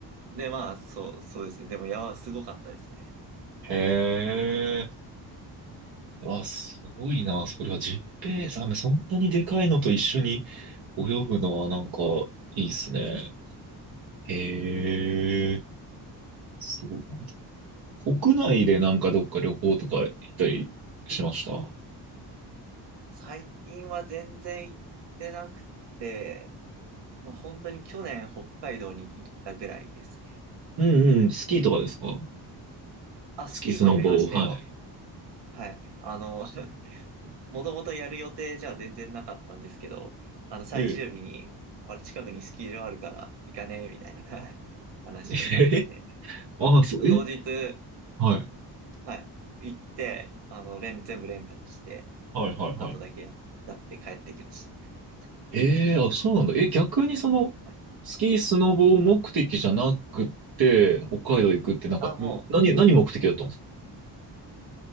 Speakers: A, on the right; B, on the right.
A: で、まあ、そう、そうですね。でも、やば、すごかったですね。
B: へえ。あ、すごいな。それはジッペイザメ、そんなにでかいのと一緒に泳ぐのはなんかいいっすね。へえ。そうなんだ。国内でなんかどっか旅行とか行ったりしました
A: 最近は全然行ってなくて、まあ、本当に去年北海道に行ったぐらいですね。
B: うんうん。スキーとかですか
A: あ、
B: 月スノボ、
A: スキーもやりましたよ。
B: はい。
A: はい。あの、<laughs> もともとやる予定じゃ全然なかったんですけど、あの、最終日に、
B: え
A: あれ近くにスキー場あるから行かねえ、みたいな <laughs> 話になって、
B: え。<laughs> ああ、そう、え
A: 当日、
B: はい。
A: はい、行って、あの、レン、全部レンタルして、
B: はいはいはい。
A: ちょっとだけやっやって帰ってきました。
B: ええあ、そうなんだ。え、逆にその、
A: はい、
B: スキー、スノボ目的じゃなくて、北海道行くって、なんか、
A: あ、
B: ん何、
A: も
B: 何目的だったんですか